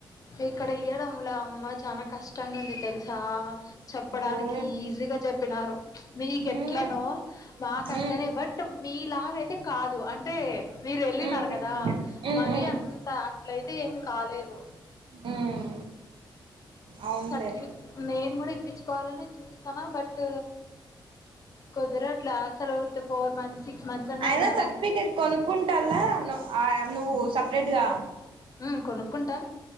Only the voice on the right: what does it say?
ఓయమ్మ
ఉమ్
ఉమ్
ఉమ్
ఉమ్
ఉమ్
ఉమ్ అవునులే
అయినా
సర్టిఫికెట్ కొనుకుంటాల అ నువ్వు సపరేట్ గా